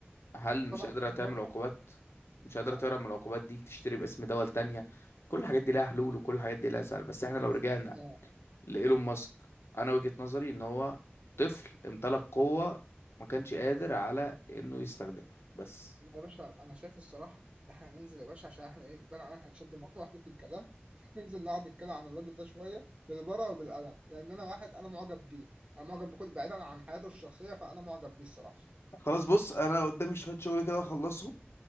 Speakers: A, on the left; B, on the right.
A: هل مش
B: طبعا
A: قادرة
B: برضه
A: تعمل عقوبات مش قادرة
B: آه
A: تهرب من العقوبات دي تشتري باسم دول تانية كل الحاجات دي لها حلول وكل الحاجات دي لها سهل بس احنا
B: ما
A: لو
B: حصلش
A: رجعنا
B: آه،
A: لإيلون
B: دي حقيقة
A: ماسك انا وجهة نظري ان هو طفل امتلك قوة ما كانش قادر على انه يستخدمها بس
B: لا يا باشا أنا شايف الصراحة إن إحنا ننزل يا باشا عشان إحنا إيه بقى أنا هنشد مع واحد في الكلام <laughs> ننزل نقعد نتكلم عن الراجل ده شوية بالورقة وبالقلم لأن أنا واحد أنا معجب بيه أنا معجب بكل بعيدا عن حياته الشخصية فأنا معجب بيه الصراحة
A: خلاص بص انا قدامي شوية شغل كده اخلصهم